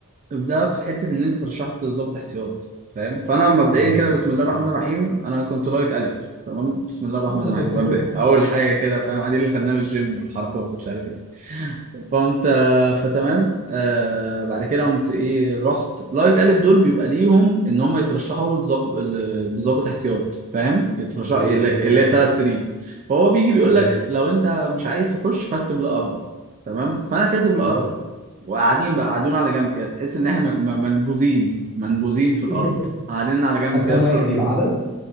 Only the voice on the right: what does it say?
ابدأ في حته ان انت ترشحت ضابط احتياط فاهم فانا مبدئيا
كده بسم الله
الرحمن الرحيم انا كنت لايك الف تمام بسم الله الرحمن
الرحيم مبدئيا اول حاجه كده فاهم ادي اللي خدناه من الجيم والحركات ومش عارف ايه فانت فتمام آه بعد كده قمت ايه رحت لايك الف دول بيبقى ليهم ان هم يترشحوا لظب- ل- لظابط احتياط فاهم يترشح
اللي
اللي هي ثلاث سنين فهو بيجي بيقول
لك لو انت مش عايز تخش فاكتب لا ارغب تمام فانا كاتب
لا ارغب وقاعدين بقى قاعدين على جنب كده تحس ان احنا م- م- منبوذين منبوذين في الارض
قاعدين على جنب
كده
في...
رق-